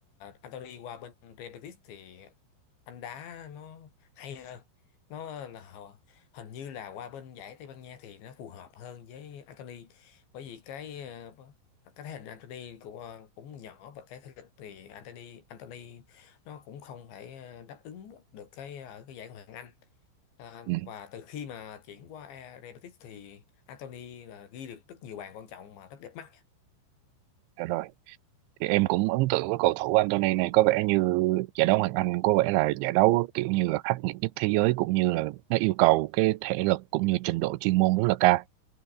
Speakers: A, on the left (about 70°); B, on the right (about 80°).
A: Anthony qua bên Real Betis thì anh đá nó hay hơn nó là hầu- hình như là qua bên giải Tây Ban Nha thì nó phù hợp hơn với Anthony bởi vì cái ờ, cái thể hình Anthony cũng ờ, cũng nhỏ và cái thể lực thì Anthony Anthony nó cũng không thể ờ, đáp ứng được cái ở cái giải Ngoại hạng Anh À,
B: ừ,
A: và từ khi mà chuyển qua e- Real Betis thì Anthony là ghi được rất nhiều bàn quan trọng mà rất đẹp mắt.
B: dạ rồi thì em cũng ấn tượng với cầu thủ Anthony này có vẻ như giải đấu Hoàng Anh có vẻ là giải đấu kiểu như là khắc nghiệt nhất thế giới cũng như là nó yêu cầu cái thể lực cũng như trình độ chuyên môn rất là cao